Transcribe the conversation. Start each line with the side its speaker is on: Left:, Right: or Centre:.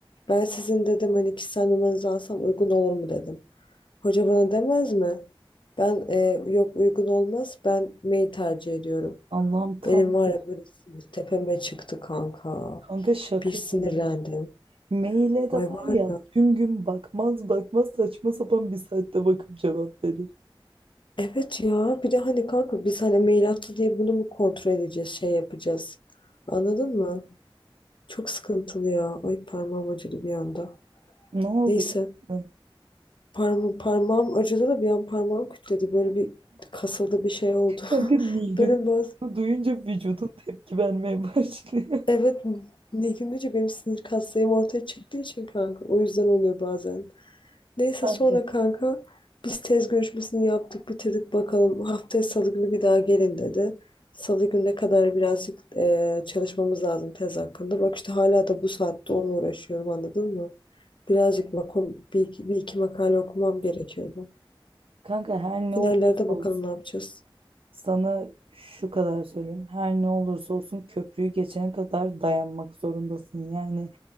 Left: Ben sizin dedim hani kişisel numaranızı alsam uygun olur mu dedim. Hoca bana demez mi? Ben e, yok uygun olmaz ben mail tercih ediyorum.
Right: Allah'ım tam
Left: Benim var
Right: bir
Left: ya böyle sinir tepeme çıktı kanka.
Right: kanka şaka
Left: Bir sinirlendim.
Right: gibi. Maile de
Left: Ay
Right: var
Left: var
Right: ya
Left: ya.
Right: tüm gün bakmaz bakmaz saçma sapan bir saatte bakıp cevap verir.
Left: Evet ya bir de hani kanka biz hani mail attı diye bunu mu kontrol edeceğiz şey yapacağız. Anladın mı? Çok sıkıntılı ya. Ay parmağım acıdı bir anda.
Right: Ne oldu
Left: Neyse
Right: ya?
Left: parma parmağım acıdı da bir an parmağım kütledi. Böyle bir kasıldı bir şey oldu.
Right: Kanka
Left: <laughs>
Right: Nilgün'ü
Left: Böyle bazı
Right: duyunca vücudun tepki vermeye başlıyor.
Left: evet ne günlüce benim sinir kaslarım ortaya çıktığı için kanka. O yüzden oluyor bazen. Neyse
Right: <laughs>
Left: sonra
Right: Kanka
Left: kanka biz tez görüşmesini yaptık bitirdik bakalım. Haftaya salı günü bir daha gelin dedi. Salı gününe kadar birazcık eee, çalışmamız lazım tez hakkında. Bak işte hala da bu saatte onunla uğraşıyorum anladın mı? Birazcık makom, bir, iki- bir iki makale okumam gerekiyordu.
Right: Kanka her ne
Left: Finallerde
Right: olursa olsun
Left: bakalım ne yapacağız.
Right: sana şu kadar söyleyeyim. Her ne olursa olsun köprüyü geçene kadar dayanmak zorundasın. Yani